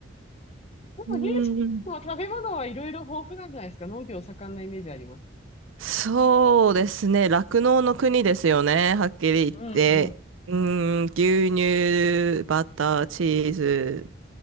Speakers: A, on the left; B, on the right.
A: でも、
B: うんうん。
A: ニュージーランドは食べ物はいろいろ豊富なんじゃないですか。農業盛んなイメージあります。
B: そうですね。酪農の国ですよね。はっきり言って。
A: うんうん。
B: うーん、牛乳、バター、チーズ